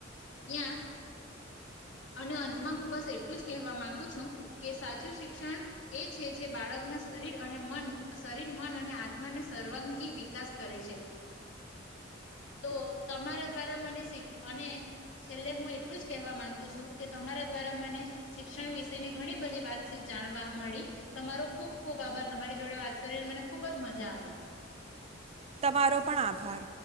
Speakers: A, on the left; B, on the right.
A: ત્યાં અને અંતમાં હું બસ એટલું જ કહેવા માંગુ છું, કે સાચું શિક્ષણ એ છે, જે બાળકના શરીર અને મન શરીર મન અને આત્માને સર્વાંગી વિકાસ કરે છે, તો તમારા દ્વારા મને અને છેલ્લે હું એટલું જ કહેવા માંગુ છું, કે તમારા દ્વારા મને શિક્ષણ વિશેની ઘણી બધી વાત જાણવા મળી. તમારો ખુબ ખૂબ આભાર તમારી જોડે વાત કરી મને ખુબ જ મજા આવી.
B: તમારો પણ આભાર.